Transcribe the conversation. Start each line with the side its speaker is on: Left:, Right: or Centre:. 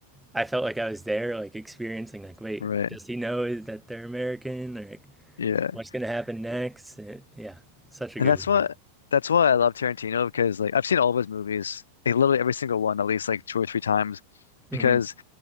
Centre: I felt like I was there, like experiencing like, wait,
Left: Right.
Centre: does he know that they're American? Or like,
Left: Yeah.
Centre: what's gonna happen next? And- yeah, such a
Left: And
Centre: good
Left: that's
Centre: movie.
Left: what that's why I love Tarantino because like I've seen all of his movies, like literally every single one at least like two or three times
Centre: hmm
Left: because